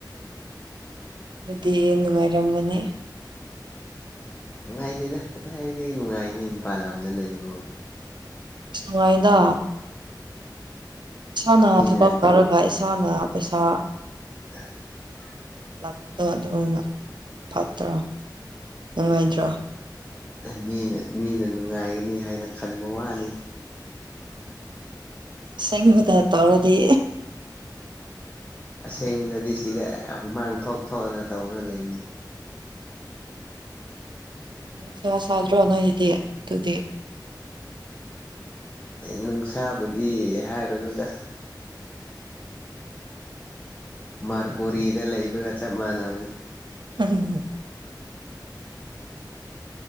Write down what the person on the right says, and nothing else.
ꯑꯗꯨꯗꯤ ꯑꯦ ꯅꯨꯡꯉꯥꯏꯔꯝꯒꯅꯤ
ꯑ ꯅꯨꯡꯉꯥꯏꯅ ꯏꯁꯥꯅ
ꯊꯕꯛ ꯇꯧꯔꯒ ꯆꯥꯅ ꯄꯩꯁꯥ
ꯂꯥꯛꯄꯗꯣ ꯑꯗꯨꯅ ꯐꯠꯇ꯭ꯔꯣ ꯅꯨꯡꯉꯥꯏꯇ꯭ꯔꯣ
ꯎꯝꯁꯦꯡꯕꯗ ꯇꯧꯔꯗꯤ
ꯅꯪ ꯁꯥ ꯁꯥꯗ꯭ꯔꯣ ꯑꯉꯗꯤ ꯑꯗꯨꯗꯤ
ꯎꯝ <inaudible>